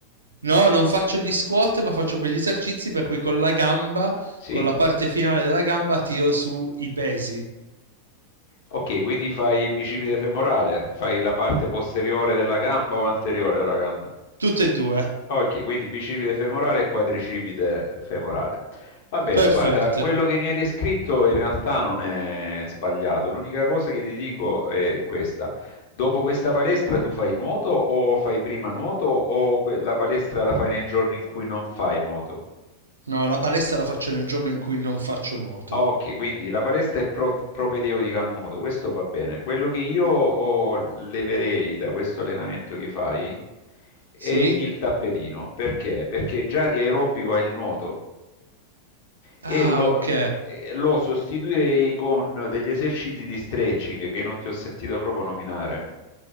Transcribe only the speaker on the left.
Sì?
Ok, quindi fai il bicipite femorale, fai la parte posteriore della gamba o anteriore della gamba?
Ok, quindi bicipite femorale e quadricipite femorale. Va bene,
guarda, quello che mi hai descritto in realtà non è sbagliato. L'unica cosa che ti dico è questa. Dopo questa palestra tu fai nuoto o fai prima nuoto o que- la palestra la fai nei giorni in cui non fai nuoto?
Ok, quindi la palestra è pro- propedeutica al nuoto, questo va bene. Quello che io oh, leverei da questo allenamento che fai è
il tappetino. Perché? Perché già di aerobico hai il nuoto e
lo,
e lo sostituirei con degli esercizi di stretching che non ti ho sentito proprio nominare.